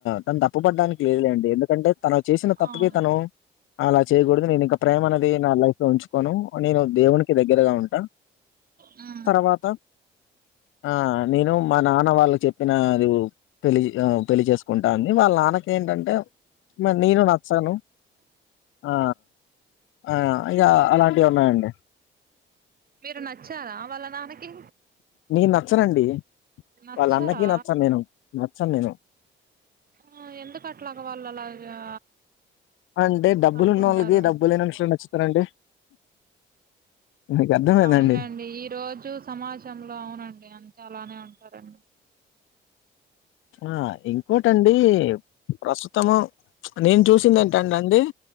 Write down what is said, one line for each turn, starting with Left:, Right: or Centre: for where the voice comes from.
Left: తను తప్పు పడ్డానికి లేదులేండి ఎందుకంటే తను చేసిన తప్పుకి
Right: అవును
Left: తను అలా చేయకూడదు నేను ఇంకా ప్రేమ అనేది నా లైఫ్ లో ఉంచుకోను నేను దేవుకి దగ్గరగా ఉంటా
Right: ఆ
Left: తర్వాత ఆ నేను మా నాన్న వాళ్ళు చెప్పిన రూ పెళ్లి పెళ్ళ చేసుకుంటా అని వాళ్ళ నాన్నకు ఏంటంటే నేను నచ్చాను ఆ ఆ ఇక అలాంటివి ఉన్నాయండి
Right: మీరు నచ్చారా వాళ్ళ నాన్నకి
Left: నేను నచ్చనండి
Right: నచ్చరా
Left: వాళ్ళ అన్నకి నచ్చను నేను నచ్చను నేను
Right: ఆ ఎందు కట్లా వాళ్లు అలాగా
Left: అంటే డబ్బులు
Right: అనుకుంటారు
Left: ఉన్నళ్ళకి డబ్బులు లేనోళ్లు నచ్చుతారండి మీకు అర్థమైందండి
Right: అవునులేండి ఈ రోజు సమాజంలో అవునండి అంత అలానే ఉంటారండి
Left: ఆ ఇంకోటండి ప్రస్తుతము నేను చూసింది ఏంటండి అండి